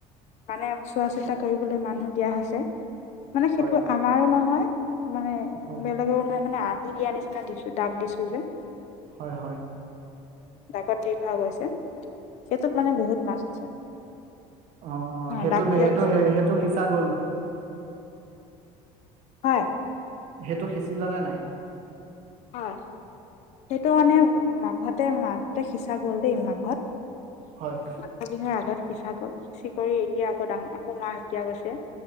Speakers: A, on the left (about 60°); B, on the right (about 65°).
A: মানে চোৱা-চিতা কৰিবলৈ মানুহ দিয়া হৈছে। মানে সেইটো
B: হয়
A: আমাৰো নহয় <unintelligible> মানে
B: হয়
A: বেলেগেও নহয় মানে আন্ধি দিয়াৰ নিচিনা দিছো দাক দিছো যে। <unintelligible>
B: হয়-হয়।
A: ডাকত দি থোৱা গৈছে। সেইটোত মানে বহুত মাছ আছে। <inaudible>
B: অঁ-অঁ!
A: অ
B: সেইটো
A: দাগ
B: দে
A: দিয়া
B: সেইটো
A: গৈছে
B: <unintelligible> সেইটো সিঁচা গ'ল?
A: হয়। <inaudible>
B: সেইটো সিঁচিলা নে নাই? <unintelligible>
A: হয়। সেইটো মানে মাঘতে মাজতে সিঁচা গল দেই মাঘত। <inaudible>
B: হয়।
A: মাঘৰ বিহুৰ আগত সিঁচা গ'ল চিকৰি কৰি এতিয়া আকৌ ডাঙ আকৌ মাছ দিয়া গৈছে।